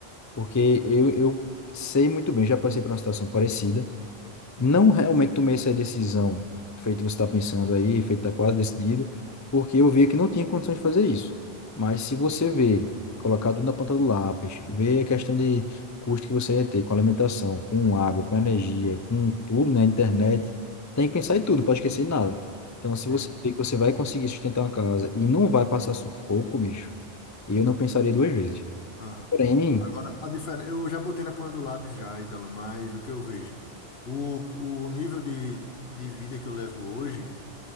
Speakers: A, on the left; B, on the left.
A: porque eu, eu sei muito bem, já passei por uma situação parecida não realmente tomei essa decisão, feito você está pensando aí, feito está quase decidido, porque eu vi que não tinha condições de fazer isso. Mas se você vê, colocar tudo na ponta do lápis, ver a questão de custo que você ia ter com alimentação, com água, com energia, com tudo, né, internet, tem que pensar em tudo, não pode esquecer em nada. Então, se
B: Sim.
A: você vê que você vai conseguir sustentar uma casa e não vai passar sufoco, bicho, eu não pensaria duas vezes.
B: Aham.
A: Porém,
B: Agora, a diferença, eu já botei na ponta do lápis já, Ítalo, mas o que eu vejo? O, o nível de, de vida que eu levo hoje,